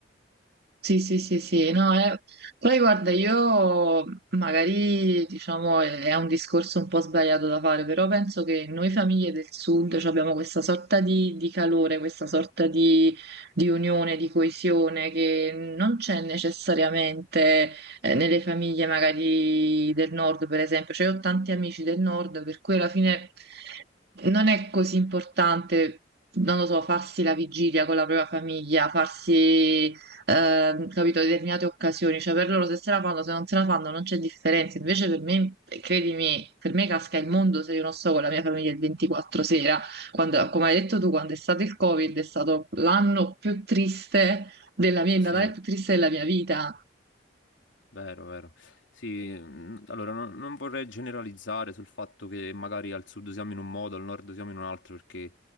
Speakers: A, on the right; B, on the left.
A: Sì, sì, sì, sì, no, eh, poi guarda, io magari diciamo è è un discorso un po' sbagliato da fare, però penso che noi famiglie del sud cioè, abbiamo questa sorta di, di calore, questa sorta di, di unione, di coesione che non c'è necessariamente eh, nelle famiglie magari del nord, per esempio. Cioè, io ho tanti amici del nord, per cui alla fine non è così importante non lo so, farsi la vigilia con la propria famiglia, farsi ehm, capito, determinate occasioni, cioè per loro se se la fanno, se non se la fanno non c'è differenza, invece per me, credimi, per me casca il mondo se io non sto con la mia famiglia il 24 sera, quando, come hai detto tu, quando è stato il Covid è stato l'anno più triste della mia, il
B: Sì.
A: Natale più triste della mia vita.
B: Vero, vero. Sì, mm, allora non, non vorrei generalizzare sul fatto che magari al sud siamo in un modo, al nord siamo in un altro, perché